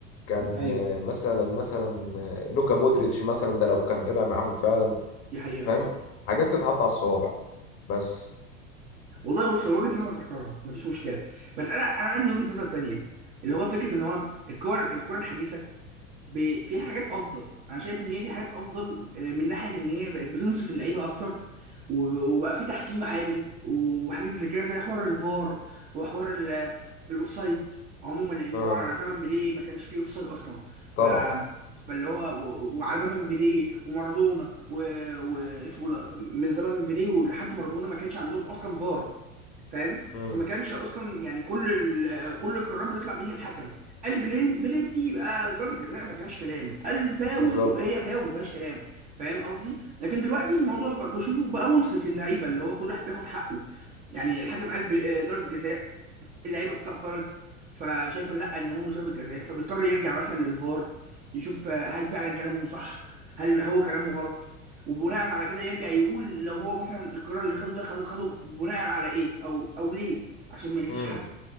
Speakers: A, on the left; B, on the right.
A: كان
B: ايوه
A: آه، مثلا مثلا آه، لوكا مودريتش مثلا ده لو كان طلع معاهم فعلا
B: دي حقيقه
A: فاهم حاجات تتعدى على الصوابع بس
B: والله بص هو وجهه نظر تحترم مفيش مشكله بس انا انا عندي وجهه نظر تانية اللي هو فكره ان هو الكره الكره الحديثه ب... فيها حاجات افضل انا شايف ان هي في حاجات افضل آه، من ناحيه ان هي بقت بتنصف اللعيبه اكتر و- وبقى في تحكيم عادل وحاجات زي كده زي حوار الفار وحوار ال- الاوفسايد عموما لان
A: اه
B: طبعا على زمن بيليه ما كانش فيه اوفسايد اصلا ف
A: طبعا
B: فاللي هو و- وعلى زمن بيليه ومارادونا و... واسمه ده من زمن بيليه ولحد مارادونا ما كانش عندهم اصلا فار فاهم
A: امم
B: فما كانش اصلا يعني كل ال... كل القرارات بتطلع من ايد الحكم قال بلين... بلنتي يبقى ضربة جزاء ما فيهاش كلام قال فاول
A: بالظبط
B: يبقى هي فاول ما فيهاش كلام فاهم قصدي لكن دلوقتي الموضوع ب... بشوفه بقى منصف للعيبه اللي هو كل واحد بياخد حقه يعني الحكم قال ب... آه، ضربة جزاء اللعيبه بتعترض فشايفه لا ان هو مش ضربه جزاء فبيضطر يرجع مثلا للفار يشوف آه، هل فعلا كلامهم صح هل هو كلامه غلط وبناء على كده يرجع يقول لو هو مثلا القرار اللي خده ده خده خده بناء على ايه او او ليه عشان ما يأذيش
A: امم.
B: حد